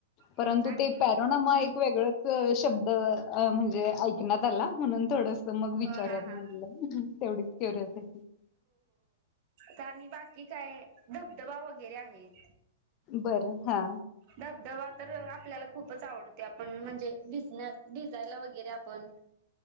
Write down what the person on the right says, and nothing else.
हम्म आणि
हम्म
हा हा
का आणि बाकी काय धबधबा वगैरे आहेत.
धबधबा तर आपल्याला खूप. खूपच आवडते आपण म्हणजे, भिझनेस भिजायला वगैरे आपण